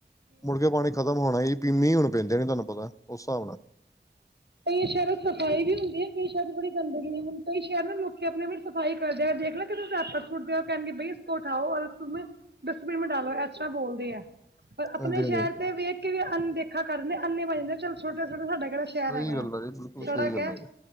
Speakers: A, on the left; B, on the right.
A: ਮੁੜ ਕੇ ਪਾਣੀ ਖਤਮ ਹੋਣਾ ਹੀ ਪੀਂਨੀ ਹੁਣ ਪੈਂਦੇ ਨੇ ਤੁਹਾਨੂੰ ਪਤਾ ਉਸ ਹਿਸਾਬ ਨਾਲ
B: ਕਈ ਸ਼ਹਿਰ ਚ ਸਫ਼ਾਈ ਵੀ ਹੁੰਦੀ ਏ ਕਈ ਸ਼ਹਿਰ ਚ ਬੜੀ ਗੰਦਗੀ ਏ ਕਈ ਕਹਿੰਦੇ ਲੋਕੀ ਆਪ ਵੀ ਸਫ਼ਾਈ ਕਰਦੇ ਆ, ਦੇਖ ਲਿਆ ਕਿਤੇ ਤੁਸੀ ਰੇਪਰ ਸੁੱਟਦੇ ਓ ਕਹਿਣਗੇ ਬਈ ਇਸ ਉਠਾਓ ਅਰ ਡਸਟਬਿਨ ਮੇਂ ਡਾਲੋ ਐਸ ਤਰਾ ਬੋਲਦੇ ਆ ਪਰ ਆਪਣੇ
A: ਹਾਂਜੀ ਹਾਂਜੀ
B: ਸ਼ਹਿਰ ਤੇ ਵੇਖ ਕੇ ਵੀ ਅਨਦੇਖਾ ਕਰਦੇ ਅੰਨੇ ਵਜ ਚੱਲ ਛੋਟੇ-ਛੋਟੇ ਸਾਡਾ ਕਿਹੜਾ ਸ਼ਹਿਰ
A: ਸਹੀ
B: ਹੈਗਾ
A: ਗੱਲ
B: ਆ
A: ਜੀ ਬਿਲਕੁਲ ਸਹੀ
B: ਸੜਕ
A: ਗੱਲ
B: ਐ।
A: ਆ ਜੀ